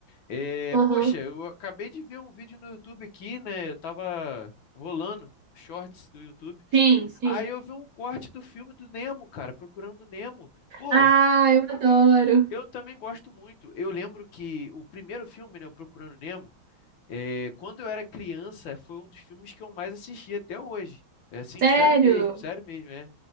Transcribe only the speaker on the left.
é,
poxa, eu acabei de ver um vídeo no YouTube aqui, né? Eu tava rolando shorts do YouTube.
Aí eu vi um corte do filme do Nemo, cara, Procurando Nemo. Pô,
Eu também gosto muito. Eu lembro que o primeiro filme, né, o Procurando Nemo, é, quando eu era criança, foi um dos filmes que eu mais assisti até hoje. É assim,
sério mesmo, sério mesmo, é.